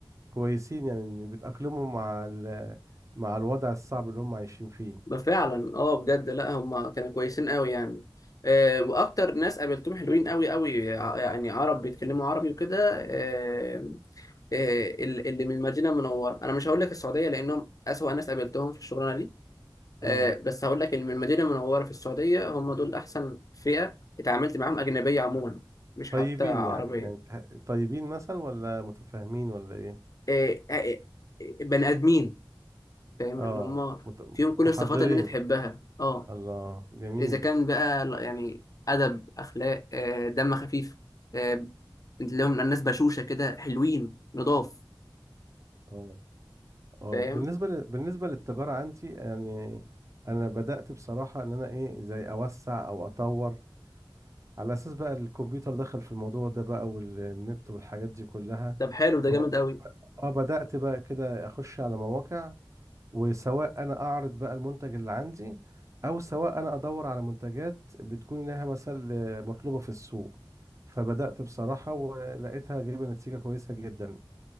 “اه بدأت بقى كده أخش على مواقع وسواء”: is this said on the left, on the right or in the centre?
Right